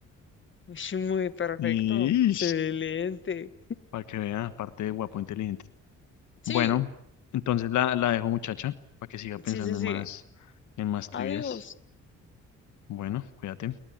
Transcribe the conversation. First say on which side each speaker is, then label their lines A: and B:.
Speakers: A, on the left; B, on the left.
A: <laughs> Ush, Muy perfecto.
B: Y
A: Excelente.
B: para que vea, aparte de guapo, inteligente.
A: Sí,
B: Bueno, entonces la, la dejo, muchacha, para que siga pensando
A: sí, sí, sí.
B: en más, en más trivias.
A: Adiós.
B: Bueno, cuídate.